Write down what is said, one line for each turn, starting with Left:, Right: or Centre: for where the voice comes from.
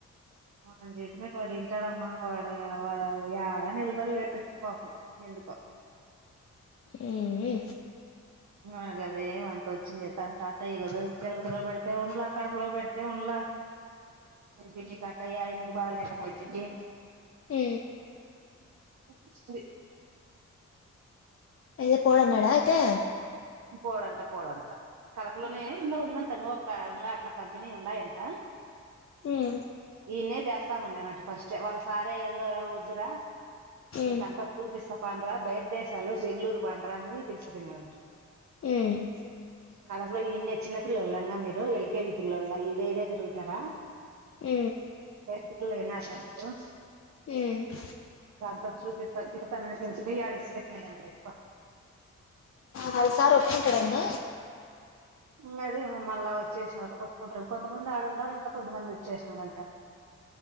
Right: మనం చెప్పినట్టు వాడు వింటాడమ్మా వాడు ఆడా నిలబలేడు పాపం ఎందుకో
Left: ఉ
Right: అ అదే అంత వచ్చిండ టాట ఇగదురుప పెడితే ఉండ్ల కడపులో పెడితే ఉండ్ల అ పిన్ని కాటయి ఇప్పుడు బాగులేకున్నా వచ్చిద్ది
Left: ఉ
Right: వచింది
Left: అయితే పోడన్నాడా అయితే
Right: పోడంట పోడంట కడపలోనే ఏందో ఉందంట ఇంకా ఒక అట్లా కంపెనీ ఉన్నాయంట
Left: ఉమ్
Right: ఈయన్న చేస్తామండి అనంట ఫస్ట్ వాళ్ళ సారే ఏందో వద్దురా
Left: ఉమ్
Right: మీకంతా చూపిస్తా పాండ్రా బయట దేశాలు బెంగళూరు పాండ్రా అని పిలుచపోయినాడంట
Left: ఉం
Right: కడపలో ఇన్నే చిన్న పిల్లలంగా మీరు ఎల్కేజీ పిల్లోల ఈడే ఇడే తిరుగుతారా
Left: ఆ
Right: పెద్దోళ్ళు అయినార్ మీరు
Left: ఉమ్
Right: పద చూపిస్తా తిప్పుత అని డిస్పోయీ యాడి ఇడిసి పెట్టినాడట
Left: హాలసా రోట్లు ఒప్పుక్రా అన్న
Right: ఇ అది మమ్ మళ్ళా వచ్చేసినారు ఒప్పుకుంటారు కొంతమంది ఆడుండారంట కొంతమంది వచ్చేసినారంట